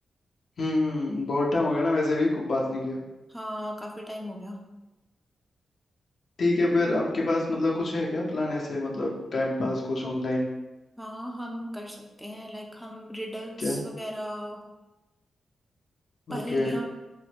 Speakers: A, on the left; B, in the centre.
A: हम्म बहुत टाइम हो गया ना वैसे भी कुछ बात नहीं किया
B: हाँ काफी टाइम हो गया
A: ठीक है फिर आपके पास मतलब कुछ है क्या प्लान ऐसे मतलब टाइम पास कुछ ऑनलाइन
B: हाँ हम कर सकते हैं लाइक हम रिडल्स
A: क्या
B: वगैरह पहेलियाँ
A: ओके